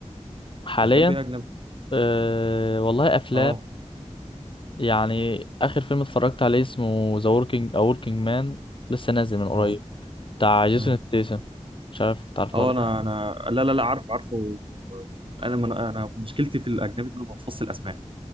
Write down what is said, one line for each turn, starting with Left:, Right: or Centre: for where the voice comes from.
Left: حاليا
Right: بتحب ايه اجنبي
Left: أه والله افلام
Right: اه
Left: يعني اخر فيلم اتفرجت عليه اسمه ذا وركينج او وركينج مان لسه نازل من قريب
Right: اه
Left: بتاع جيسون
Right: امم
Left: ستيسن مش عارف تعرفه
Right: اه
Left: ولا
Right: انا
Left: لا
Right: انا لا لا لا عارف عارفه انا من... انا مشكلتي في الاجنبي ان انا ما بحفظش الاسماء